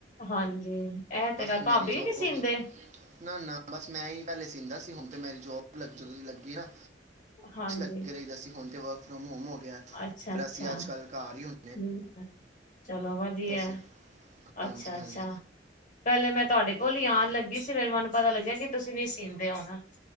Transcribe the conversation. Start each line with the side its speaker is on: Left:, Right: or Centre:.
Left: ਹਾਂਜੀ ਇਹ
Right: ਬਸ
Left: ਤੇ ਗੱਲ ਭਾਬੀ
Right: ਮੇਰੀ ਜੋਬ
Left: ਨੀ ਸੀਂਦੇ
Right: ਨਾ ਨਾ ਬਸ ਮੈਂ ਹੀ ਪਹਿਲੇ ਸੀਂਦਾ ਸੀ। ਹੁਣ ਤੇ ਮੇਰੀ ਜੋਬ ਲੱਗ ਜਦੋਂ ਦੀ ਲੱਗੀ ਨਾ
Left: ਹਾਂਜੀ
Right: <unintelligible> <unintelligible> <unintelligible>
Left: ਅੱਛਾ
Right: ਫਿਰ
Left: ਅੱਛਾ
Right: ਅਸੀਂ ਅੱਜ ਕੱਲ ਘਰ ਹੀ ਹੁੰਦੇ।
Left: ਹਮ ਚਲੋ ਵਧੀਆ
Right: ਸੀ ਹਾਂਜੀ
Left: ਅੱਛਾ
Right: ਹਾਂਜੀ
Left: ਅੱਛਾ ਪਹਿਲੇ ਮੈਂ ਤੁਹਾਡੇ ਕੋਲ ਹੀ ਆਉਣ ਲੱਗੀ। ਫਿਰ ਮੈਨੂੰ ਪਤਾ ਲੱਗਿਆ ਕਿ ਤੁਸੀਂ ਨਹੀਂ ਸਿੰਦੇ ਹੁਣ।